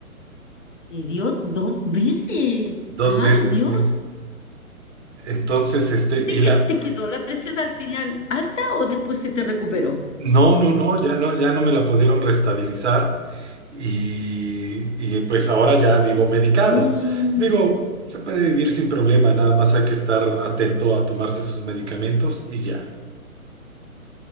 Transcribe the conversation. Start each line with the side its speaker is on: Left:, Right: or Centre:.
Left: Te dio dos veces.
Right: dos
Left: Ay,
Right: veces,
Left: Dios.
Right: ¿sí? Entonces, este,
Left: ¿Y
Right: y
Left: te,
Right: la,
Left: que- te quedó la presión arterial alta o después se te recuperó?
Right: no, no, no, ya no, ya no me la pudieron restabilizar y, y pues ahora ya vivo medicado.
Left: Mm,
Right: Digo, se puede vivir sin problema, nada más hay que estar atento a tomarse sus medicamentos y ya.